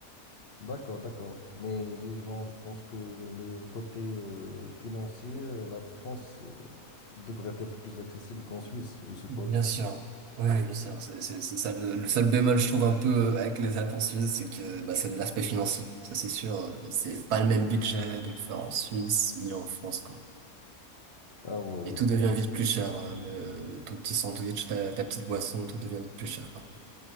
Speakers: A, on the left; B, on the right.
A: D'accord, d'accord. Mais disons, je pense que le côté euh, financier, euh, la France euh, devrait être plus accessible qu'en Suisse, je suppose.
B: Bien sûr. Oui, oui, bien sûr. C'est c'est- c'est ça, le, le seul bémol, je trouve, un peu euh, avec les Alpes en Suisse, c'est que bah, c'est l'aspect financier. Ça, c'est sûr, euh, c'est pas le même budget de le faire en Suisse ni en France, quoi.
A: Ah, ouais, ouais.
B: Et tout devient vite plus cher. euh, le- ton petit sandwich, ta, ta petite boisson, tout devient vite plus cher, quoi.